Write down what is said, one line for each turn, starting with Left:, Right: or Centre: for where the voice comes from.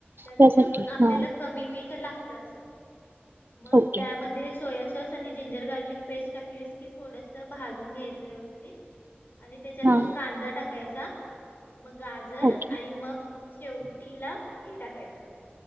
Left: म्हणून
Right: त्यासाठी
Left: आपल्याला
Right: हां
Left: कमी मीठ <unintelligible> लागत असं मग
Right: ओके
Left: त्यामध्ये सोया सॉस आणि जिंजर गार्लिक पेस्ट टाकलीस की थोडस भाजून घ्यायचं व्यवस्थित आणि त्याच्यात
Right: हां
Left: मग कांदा टाक कायचा मग गाजर
Right: ओके
Left: आणि मग शेवटी ला हे टाकायचं